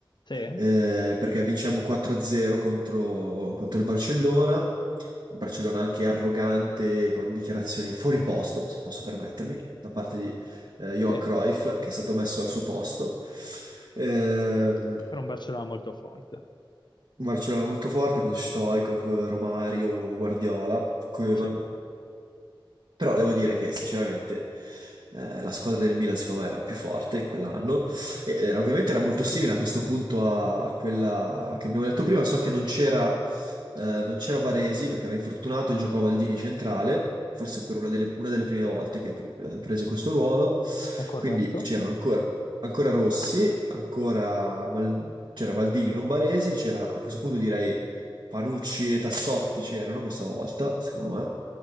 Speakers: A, on the left; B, on the right.
A: Sì?
B: eh, perché vinciamo 4-0 contro, contro il Barcellona. Barcellona anche arrogante, con dichiarazioni fuori posto, se posso permettermi, da parte di eh, Johan
A: Sì,
B: Cruyff, che è stato messo al suo posto.
A: perché
B: Ehm
A: era un Barcellona molto forte.
B: Barcellona molto forte con Stoichkov, Romario, Guardiola, Koeman.
A: Sì, è
B: Però devo dire che sinceramente eh, la squadra del Milan secondo me era più forte in quell'anno e eh, era- ovviamente era molto simile a questo punto a, a quella che abbiamo detto prima. So che non c'era eh, non c'era Baresi perché era infortunato e giocò Maldini centrale, forse per una delle, una delle prime volte che pr- eh, prese questo ruolo.
A: corretto.
B: Quindi c'erano ancora, ancora Rossi, ancora Mal- c'era Maldini, non Baresi, c'era a questo punto direi Panucci e Tassotti c'erano questa volta, secondo me.